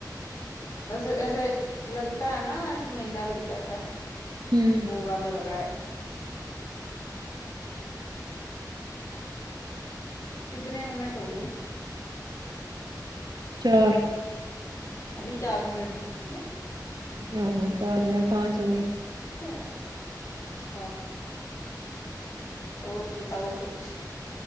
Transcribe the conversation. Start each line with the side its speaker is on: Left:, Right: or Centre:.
Left: بس ایسے لگتا ہے نا ایسے مہینہ لگ جاتا ہے
Right: ہوں
Left: وہ والا لگا ہے کتنے منٹ ہو گی
Right: چار
Left: ابھی چار منٹ ہی ہوی ہے
Right: ہاں ںاں چار نی پانچ ہوئے
Left: اچھا اور بتاؤ کچھ